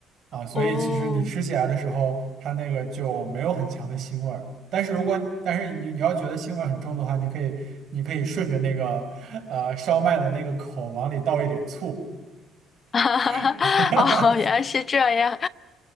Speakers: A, on the right; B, on the left.
A: 啊，所以其实你吃起来的时候，
B: 哦，
A: 它那个就没有很强的腥味儿。但是如果但是你你要觉得腥味儿很重的话，你可以你可以顺着那个呃烧麦的那个口往里倒一点醋，
B: <laughs>
A: <laughs>
B: 哦，原来是这样，